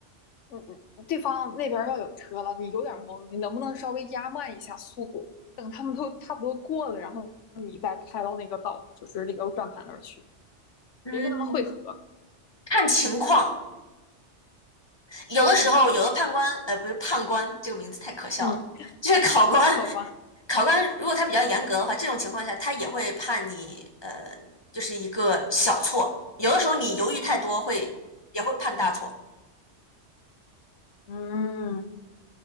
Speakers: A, on the left (about 80°); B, on the left (about 25°).
A: 嗯嗯，对方那边儿要有车了，你有点儿懵，你能不能稍微压慢一下速度，等他们都差不多过了，然后你再开到那个道，就是那个转盘那儿去，
B: 嗯，
A: 别跟他们汇合。
B: 看情况。有的时候，
A: 嗯
B: 有的判官，呃，不是判官这个名字太可笑了，
A: 嗯，
B: 就是考官。
A: 好吧。
B: 考官如果他比较严格的话，这种情况下他也会判你，呃，就是一个小错。有的时候你犹豫太多会也会判大错。
A: 嗯，